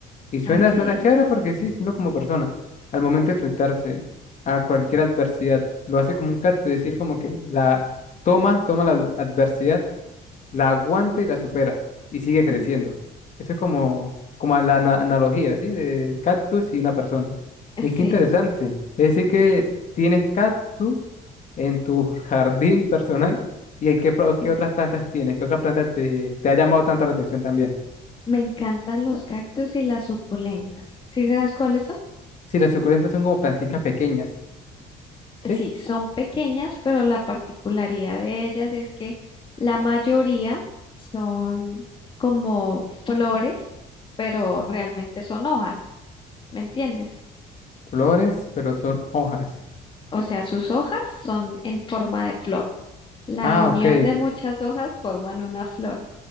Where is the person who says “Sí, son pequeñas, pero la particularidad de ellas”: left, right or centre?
Left